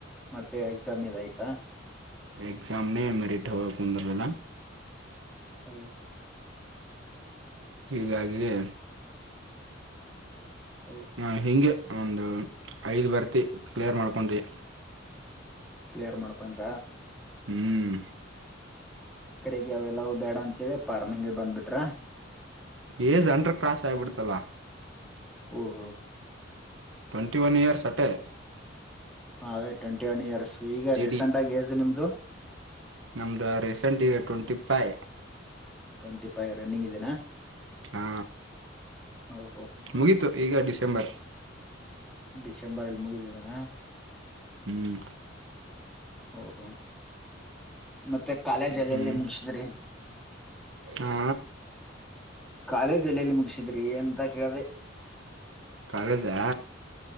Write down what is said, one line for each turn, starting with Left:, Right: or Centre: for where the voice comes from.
Centre: ಮತ್ತೆ ಎಕ್ಸಾಮ್ <unintelligible> ಇಲ್ಲ ಆಯ್ತಾ.
Right: ಎಕ್ಸಾಮನೆ ಮೆರಿಟ್ ಹೋಗಕ್ ಕುಂದರಲಿಲ್ಲ.
Centre: ಓ
Right: ಹೀಗಾಗಿದೆ.
Centre: ಓ
Right: ನಾನ್ ಹಿಂಗೆ ಒಂದು ಐದ್ ಬರ್ತಿ ಕ್ಲಿಯರ್ ಮಾಡ್ಕೊಂಡಿ.
Centre: ಕ್ಲಿಯರ್ ಮಾಡ್ಕೊಂದ್ರ.
Right: ಹ್ಮ್
Centre: ಕಡೆಗೆ ಅವೆಲ್ಲವು ಬ್ಯಾಡ ಅಂತೆಳಿ ಫಾರ್ಮಿಂಗೆ ಬಂದ್ಬಿಟ್ರ.
Right: Age ಅಂಡ್ರ cross ಆಗಬಿಡ್ತಲ್ಲ.
Centre: ಓ ಹೋ
Right: ಟ್ವಂಟಿ ಒನ್ ಇಯರ್ಸ್ ಅಟ್ಟೆ.
Centre: ಹದೇ <unintelligible> ಟ್ವೆಂಟಿ ಒನ್ ಇಯರ್ಸು ಈಗ ರೀಸೆಂಟ್
Right: ಡಿ
Centre: ಆಗಿ ಏಜ್ ನಿಮ್ದು.
Right: ನಮ್ದ ರೀಸೆಂಟ್ ಈಗ twenty five.
Centre: Twenty five running ಇದೆನಾ.
Right: ಹಾ
Centre: ಹೌ ಹೊ
Right: ಮುಗೀತು ಈಗ ಡಿಸೆಂಬರ್.
Centre: ಡಿಸೆಂಬರಲ್ಲಿ ಮುಗಿದೀದೇನಾ.
Right: ಹ್ಮ್
Centre: ಓ ಹೋ ಮತ್ತೆ ಕಾಲೇಜಲೆಲ್ಲಿ
Right: ಹ್ಮ್
Centre: ಮುಗಸಿದ್ರಿ.
Right: ಹಾ
Centre: ಕಾಲೇಜ್ ಎಲ್ಲ ಎಲ್ಲಿ ಮುಗಸಿದ್ರಿ ಅಂತ ಕೇಳ್ದೆ.
Right: ಕಾಲೇಜಾ